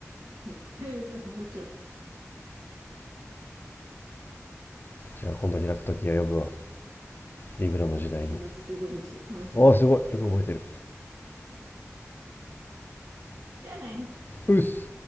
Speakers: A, on the right; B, on the left.
A: <laughs> もちろん。
B: じゃあ今度開くときは呼ぶわ。
A: 10月、
B: リブラの時代に。
A: うん、10月15日楽しみにしてるから。
B: ああ、すごい。よく覚えてる。
A: じゃあねー
B: うっす。